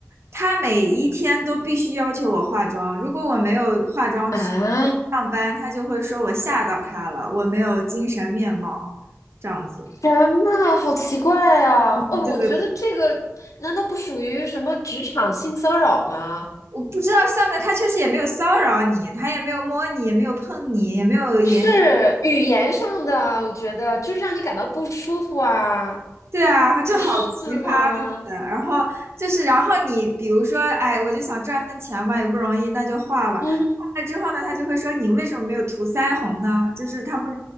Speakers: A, on the right; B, on the left.
A: 他每一天都必须要求我化妆，如果我没有化妆去
B: 啊，
A: 上班，他就会说我吓到他了，我没有精神面貌，这样子。
B: 什么？好奇怪啊！
A: 对对对，
B: 哦，我觉得这个难道不属于什么职场性骚扰吗？
A: 我不知道算不算，他确实也没有骚扰你，他也没有摸你，也没有碰你，也没有言语。
B: 是语言上的啊，我觉得就是让你感到不舒服啊，
A: 对啊，这好奇葩，
B: 不是吗？
A: 对不对？然后就是，然后你比如说，哎，我就想赚份钱嘛，也不容易，那就画吧。
B: 嗯，
A: 画了之后呢，他就会说你为什么没有涂腮红呢？就是他会，